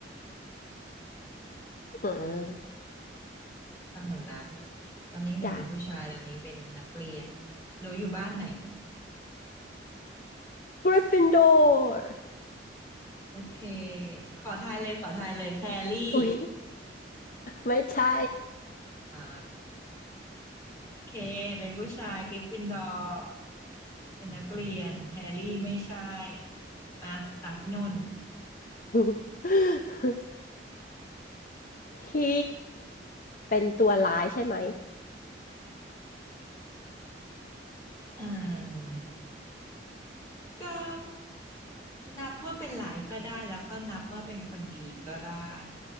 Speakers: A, on the left; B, on the left.
A: เออ
B: ตามหนูนะตอนนี้หนูเป็นผู้ชายตอนนี้เป็นนักเรียน
A: จ้ะ
B: หนูอยู่บ้านไหน
A: กริฟฟินดอร์
B: โอเคขอทายเลยขอทายเลยแฮร์รี่
A: อุ๊ยไม่ใช่
B: อ่า เคเป็นผู้ชายกริฟฟินดอร์เป็นนักเรียนแฮร์รี่ไม่ใช่อ่ะตาพี่นุ่น
A: <laughs> พี่เป็นตัวร้ายใช่ไหม
B: เอ่มก็นับว่าเป็นหลายก็ได้แล้วก็นับว่าเป็นคนดีก็ได้